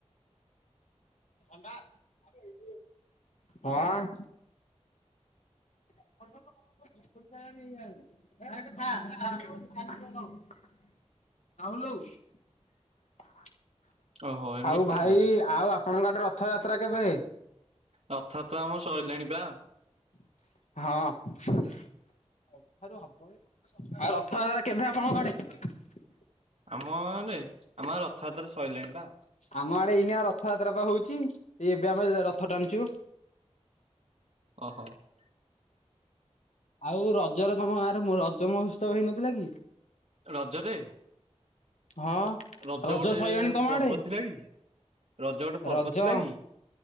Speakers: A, on the left; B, on the right.
A: ଅଣ୍ଡା <unintelligible> ହଁ <unintelligible> <unintelligible> କହୁଲଉ <unintelligible>
B: ଓହୋ ଏମିତି
A: ଆଉ ଭାଇ
B: ତାହେଲେ।
A: ଆଉ ଆପଣଙ୍କ ଆଡେ ରଥଯାତ୍ରା କେବେ?
B: ରଥ ଯାତରା ଆମର ସଇଲାଣି ପା।
A: ହଁ । ଆଉ ରଥଯାତ୍ରା କେବେ ଆପଣଙ୍କ ଆଡେ?
B: ଆମରେ ଆମଆଡେ ରଥଯାତ୍ରା ସଇଲାଣି ପା।
A: ଆମ ଆଡେ ଏଇନା ରଥଯାତ୍ରା ବା ହଉଛି ଏଇ ଏବେ ଆମେ ରଥ ଟାଣୁଛୁ ।
B: ଓହୋ ।
A: ଆଉ ରଜର ତମ ଗାଁର ରଜ ମହୋତ୍ସବ ହେଇନଥିଲା କି?
B: ରଜରେ ।
A: ହଁ
B: ରଜ ଗୋଟେ
A: ସଇଲାଣି ତମ
B: ପର୍ବ
A: ଆଡେ
B: ଥିଲା କି? ରଜ ଗୋଟେ ପର୍ବ
A: ରଜ
B: ଥିଲା କି?